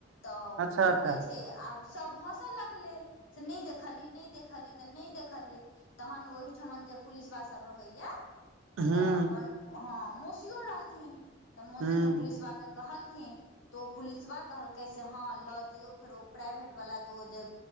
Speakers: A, on the left; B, on the right.
A: तऽ
B: अच्छा
A: ओ की
B: अच्छा
A: कहै छै आब सभ हँसऽ लगलै से नहि देखलहि नहि देखलहि तऽ नहि देखलियै तहन ओहिठमन जे पुलिसवा सभ रहै ये
B: हूँ
A: तऽ हमर हँ मौसियो रहथिन तऽ मौसी
B: हूँ
A: ने पुलिसवा के कहलखिन तऽ ओ पुलिसबा कहलकै से हँ लऽ जैयौ फेर ओ प्राइवेटवला जे ओ जे